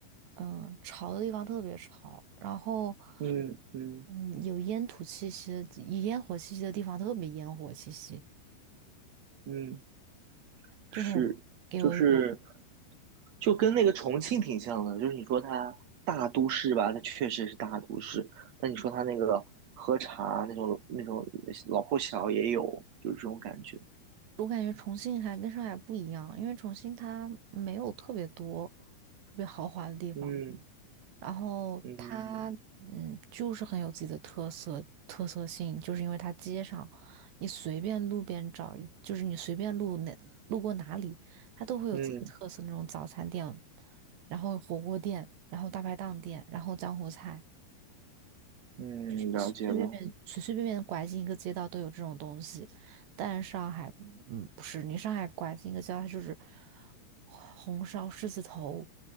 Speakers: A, on the right (about 80°); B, on the right (about 50°).
A: 嗯，潮的地方特别潮，然后，
B: 嗯嗯
A: 嗯，有烟土气息的地烟火气息的地方特别烟火气息，
B: 嗯，
A: 就很
B: 是，
A: 给我一种，
B: 就是就跟那个重庆挺像的，就是你说它大都市吧，它确实是大都市，但你说它那个喝茶那种那种老破小也有，就是这种感觉。
A: 我感觉重庆还跟上海不一样，因为重庆它没有特别多特别豪华的地方。
B: 嗯
A: 然后它，
B: 嗯
A: 嗯，就是很有自己的特色特色性，就是因为它街上，你随便路边找一，就是你随便路哪路过哪里，它都会有自己的特色那种早餐店，
B: 嗯。
A: 然后火锅店，然后大排档店，然后江湖菜，
B: 嗯，
A: 随随便便随随便便拐进一个街道都有这种东西，
B: 了解了。
A: 但上海，嗯，不是，你上海拐进一个街道，它就是红烧狮子头，